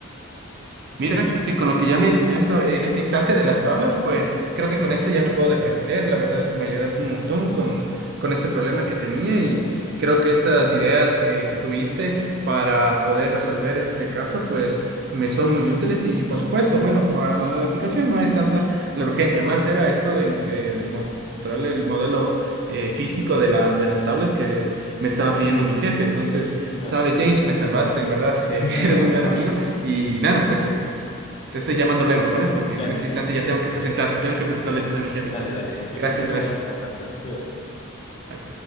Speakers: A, on the right; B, on the left.
A: Mira
B: Ya que,
A: que con lo que ya me enseñaste en este instante de las tablas, pues creo que con esto ya me puedo defender. La verdad es que me ayudaste un montón con, con este problema que tenía y creo que estas ideas que, que tuviste para poder resolver este caso, pues me son muy útiles y por supuesto, bueno, para lo de la aplicación no es tanta la urgencia, más era esto de eh, mostrarle el modelo eh, físico de la, de las tablas que me estaba pidiendo mi jefe. Entonces,
B: claro,
A: sabes, James, me salvaste, en verdad, <laughs> eh,
B: <laughs>
A: eres
B: no,
A: un gran
B: nada,
A: amigo.
B: sus-
A: Y nada, pues eh, te estoy llamando luego, ¿sabes? Porque
B: claro,
A: en este
B: sí.
A: instante ya tengo que presentar, tengo que presentarle esto a mi jefe.
B: Dale,
A: Entonces,
B: dale, cualquier
A: gracias,
B: problema
A: gracias.
B: igual me contactas, cuídate.
A: Bye.